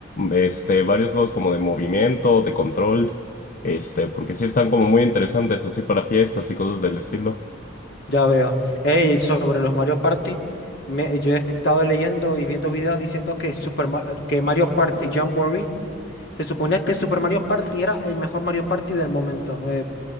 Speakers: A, on the left (about 45°); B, on the left (about 60°).
A: este, varios juegos como de movimiento, de control, este, porque sí están como muy interesantes así para fiestas y cosas del estilo.
B: ya veo. Ey, sobre los Mario Party, me- yo he estado leyendo y viendo videos diciendo que, Super Ma- que Mario Party Jamboree, se suponía que Super Mario Party era el mejor Mario Party del momento, eh,